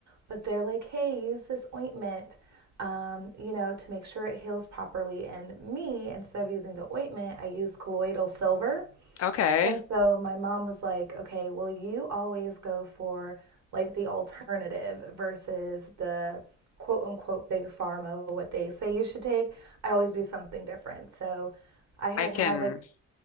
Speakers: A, on the right; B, on the left.
A: But they're like, hey, use this ointment, um, you know, to make sure it heals properly. And me, instead of using the ointment, I use colloidal silver.
B: Okay.
A: And so my mom was like, okay, well, you always go for like the alternative versus the quote unquote big pharma, what they say you should take. I always do something different. So I had
B: I can.
A: had like,